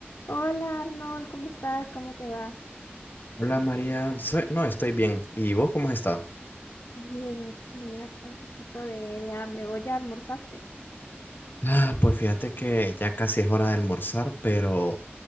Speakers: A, on the left; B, on the left.
A: Hola Arnold, ¿cómo estás? ¿Cómo te va?
B: Hola María, Soy- no estoy bien. ¿Y vos cómo has estado?
A: Bien, aquí, mira, con un poquito de, de hambre. ¿Vos ya almorzaste?
B: Ah, pues fíjate que ya casi es hora de almorzar, pero